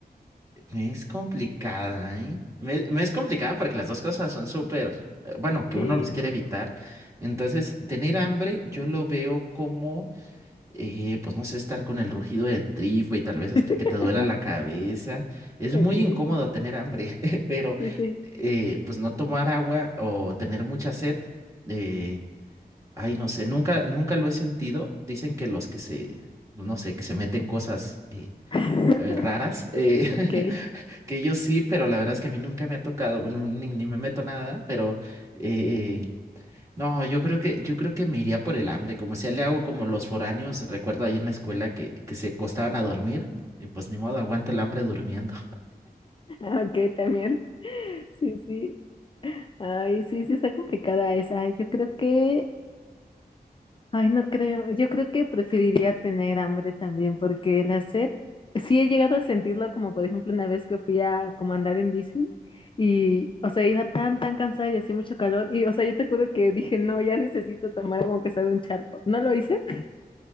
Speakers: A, on the right; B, on the left.
A: Me es complicada, ¿eh? Me, me es complicada porque las dos cosas son súper, eh, bueno, que
B: Eh,
A: uno los quiere evitar. Entonces, tener hambre yo lo veo como, eh, pues no sé, estar con el rugido de tripa y tal
B: <laughs>
A: vez hasta que te duela la cabeza. Es
B: ok,
A: muy incómodo tener hambre, <laughs> pero
B: sí, sí.
A: eh, pues no tomar agua o tener mucha sed, eh, ay, no sé, nunca, nunca lo he sentido. Dicen que los que se, no sé, que se meten cosas eh,
B: <laughs>
A: eh, raras. eh, <laughs>
B: Ok,
A: Que yo sí, pero la verdad es que a mí nunca me ha tocado, no, ni, ni me meto nada, pero eh, no, yo creo que, yo creo que me iría por el hambre, como si le hago como los foráneos, recuerdo ahí en la escuela que, que se acostaban a dormir, y pues ni modo, aguanta el hambre durmiendo.
B: ah, ok, también. Sí, sí. Ay, sí, sí, está complicada esa. Yo creo que Ay, no creo. Yo creo que preferiría tener hambre también, porque el hacer, sí he llegado a sentirlo, como por ejemplo una vez que fui a como andar en bici y, o sea, iba tan, tan cansada y hacía mucho calor y, o sea, yo te juro que dije, no, ya necesito tomar agua aunque sea de un charco. No lo hice, <laughs>